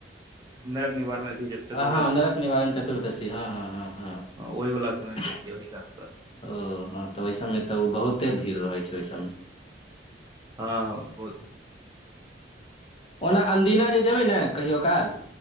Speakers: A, on the right; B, on the left.
A: नरक निवारण अथी चतुर्दशी
B: हँ-हँ नरक निवारण चतुर्दशी हँ हँ-हँ
A: हँ ओहि वला समय मे
B: -हँ।
A: गेल रहियै ओहि के आसपास
B: ओ हँ तऽ ओहि सभमे तऽ ओ बहुते भीड़ रहै छै ओहि सभमे।
A: हँ बहुते
B: ओना अन्दिना जे जेबै ने कहियो काल